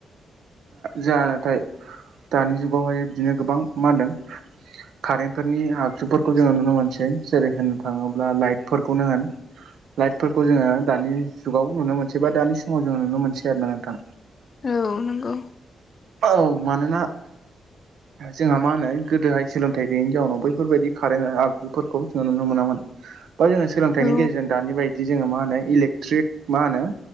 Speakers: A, on the right; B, on the left.
A: जाया नाथाय दानि जुगावहाय बिदिनो गोबां मा होनदों- कारेन्ट फोरनि आगजुफोरखौ जोङो नुनो मोनसै जेरै होननो थाङोब्ला लाइट फोरफोरखौनो होन लाइटफोरखौ जोङो दानि जुगाव नुनो मोनसै बा दानि समाव जोङो नुनो मोनसै आरो ना नोंथां।
B: औ नंगौ।
A: औ मानोना जोंहा मा होनो गोदोहाय सोलोंथाइ गैयिनि जाउनाव बैफोरबायाददि कारेन्ट आगजुफोरखौ जोङो नुनो मोनामोन बा जोङो सोलोंथाइनि
B: औ
A: गेजेरजों दानि बायदि जोङो मा होनो इलेकट्रिक मा होनो